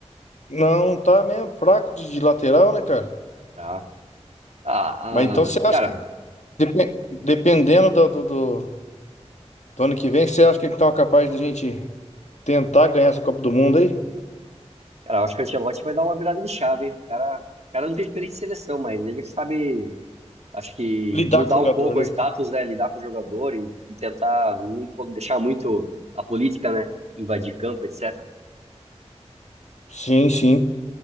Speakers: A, on the left (about 80°); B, on the right (about 65°).
A: Não, tá mesmo fraco de, de lateral, né, cara?
B: Tá. Ah,
A: Mas então você
B: ah,
A: acha
B: cara,
A: que, depen- dependendo do, do, do- do ano que vem, você acha que eles estão capazes da gente tentar ganhar essa Copa do Mundo aí?
B: Cara, eu acho que o Ancelotti vai dar uma virada de chave, hein? O cara, o cara não tem experiência de seleção, mas ele sabe, acho que
A: Lidar
B: mudar
A: com o jogador,
B: um pouco
A: né?
B: o status, né? Lidar com o jogador e, e tentar não co- deixar muito a política, né? Invadir campo, etc.
A: Sim, sim.